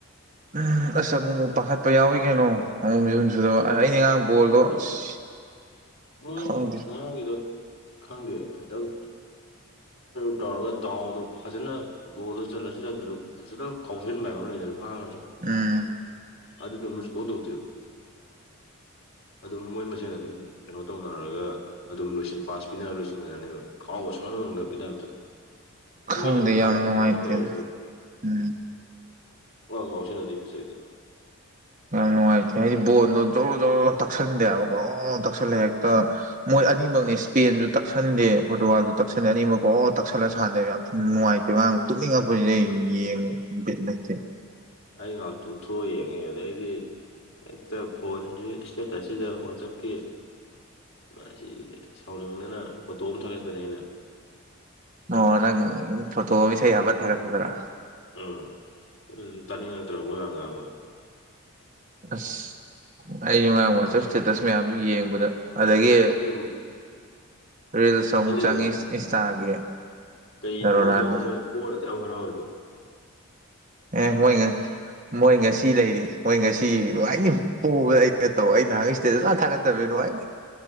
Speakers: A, on the right (about 35°); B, on the left (about 65°).
A: ꯎꯝ ꯑꯁ ꯑꯃꯨꯛ ꯑꯃꯨꯛ ꯄꯥꯈꯠꯄ ꯌꯥꯎꯏꯤ ꯀꯩꯅꯣ ꯑꯃꯨꯛ ꯃꯤꯍꯨꯟ ꯁꯨꯗꯕ ꯑꯩꯗꯤ ꯉꯔꯥꯡ ꯕꯣꯜꯗꯣ
B: ꯑꯗꯨ
A: ꯑꯁ
B: ꯃꯣꯏ
A: ꯈꯪꯗꯦ
B: ꯉꯥꯡꯉꯤꯗꯣ ꯈꯪꯗꯦ <unintelligible> ꯑꯗꯨꯗꯨ ꯇꯧꯔꯒ ꯗꯥꯎꯗꯨ ꯐꯖꯅ ꯒꯣꯜꯗ ꯆꯜꯂꯁꯨ ꯆꯟꯗꯁꯨ ꯐꯖꯅ ꯀꯥꯎꯁꯤꯟꯕ ꯍꯥꯏꯕ ꯑꯃ ꯂꯩꯗꯅ <unintelligible>
A: ꯎꯝ
B: ꯑꯗꯨꯗꯨꯃ ꯁꯨꯡꯇꯧ ꯇꯧꯗꯦꯕ ꯑꯗꯨꯝ ꯃꯣꯏ ꯃꯁꯦꯟ ꯑꯗꯨꯝ ꯀꯩꯅꯣ ꯇꯧꯅꯔꯒ ꯑꯗꯨꯝ ꯂꯣꯏ ꯄꯥꯁ ꯄꯤꯅꯔ ꯂꯣꯏꯁꯤꯟꯈ꯭ꯔꯅꯦꯕ ꯈꯥꯎꯕ ꯁꯨꯡꯉꯝ ꯉꯝꯗꯕ ꯍꯦꯛꯇ
A: ꯈꯪꯗꯦ
B: ꯃꯤꯅ ꯐꯥꯔꯛꯑꯁꯨ
A: ꯌꯥꯝ ꯅꯨꯡꯉꯥꯏꯇꯦ
B: ꯑꯃ ꯇꯧꯔꯁꯨ
A: ꯎꯝ
B: <unintelligible> ꯀꯥꯎꯁꯤꯜꯂꯗꯤ ꯐꯖꯩꯗꯅ
A: ꯌꯥꯝ ꯅꯨꯡꯉꯥꯏꯇꯦ ꯍꯥꯏꯗꯤ ꯕꯣꯟꯗꯣ ꯖꯔꯣ ꯖꯔꯣ ꯇꯛꯁꯟꯗꯦ ꯍꯥꯏꯕ <unintelligible> ꯒ꯭ꯔꯣ ꯇꯛꯁꯤꯜꯂꯦ ꯍꯦꯛꯇ ꯃꯣꯏ ꯑꯅꯤꯃꯨꯛ ꯑꯗꯨꯃꯛꯅꯤ ꯁ꯭ꯄꯦꯟꯁꯨ ꯇꯛꯁꯟꯗꯦ ꯄꯣꯔꯇꯨꯒꯜꯁꯨ ꯇꯛꯁꯟꯗꯦ ꯑꯅꯤꯃꯛ ꯒ꯭ꯔꯣ ꯒ꯭ꯔꯣ ꯇꯛꯁꯜꯂ ꯁꯥꯟꯅꯗꯦ ꯌꯥꯝ ꯊꯤꯅ ꯅꯨꯡꯉꯥꯏꯇꯦ ꯉꯔꯥꯡ ꯇꯛꯅꯤꯡꯉꯛ <unintelligible> ꯌꯦꯡ ꯕꯤꯠ ꯂꯩꯇꯦ
B: ꯑꯩ ꯉꯍꯥꯛ ꯇꯨꯝꯊꯣꯛꯒ ꯌꯦꯡꯉꯦ ꯑꯗꯩꯗꯤ ꯍꯦꯛꯇ ꯐꯣꯟꯁꯤ ꯏꯁꯇꯦꯇꯁꯁꯤꯗ ꯋꯥꯆꯞ ꯀꯤ ꯃꯥꯁꯤ ꯁꯥꯎꯅꯤꯡꯗꯅ ꯐꯣꯇꯣ ꯑꯃ ꯊꯥꯒꯠꯄꯅꯦ ꯑꯩꯅ
A: ꯑꯣ ꯅꯪ ꯐꯣꯇꯣ ꯏꯁꯩ ꯍꯥꯞꯄ ꯊꯥꯒꯠ ꯄꯗꯨꯔꯥ
B: ꯎꯝ ꯑꯗꯨ ꯑꯗꯨꯝ ꯇꯥꯅꯤꯡꯉꯛꯇ꯭ꯔꯕ ꯃꯣꯏ ꯃꯌꯥꯝ ꯉꯥꯡꯕꯗꯣ
A: ꯑꯁ ꯑꯩ ꯉꯔꯥꯡ ꯋꯥꯆꯞ ꯏꯁꯇꯦꯇꯁ ꯃꯌꯥꯝꯗꯨ ꯌꯦꯡꯕꯗ ꯑꯗꯒꯤ
B: ꯁꯤ
A: ꯔꯤꯜꯁ ꯑꯃꯨꯛ
B: ꯅꯠꯇꯦꯗ
A: ꯆꯪꯉꯤ ꯏꯟꯁꯇꯥꯒꯤ
B: ꯀꯩꯅꯣ
A: ꯔꯣꯅꯥꯜꯗꯣ
B: ꯈꯪꯗꯦꯕ ꯃꯣꯏꯗꯣ ꯄꯣꯔ ꯑꯗꯨꯌꯥꯝ ꯍꯔꯥꯎꯋꯤꯗꯣ
A: ꯑꯣ ꯃꯣꯏꯉ ꯃꯣꯏ ꯉꯁꯤ ꯂꯩꯔꯤ ꯃꯣꯏ ꯉꯁꯤ ꯅꯨꯡꯉꯥꯏꯅꯤ ꯄꯣꯕ ꯑꯩꯅ ꯇꯧ ꯑꯩ ꯅꯍꯥꯟꯒꯩ ꯏꯁꯇꯦꯇꯁ ꯁꯨꯡꯊꯦ ꯊꯥꯒꯠꯇꯕꯅꯤ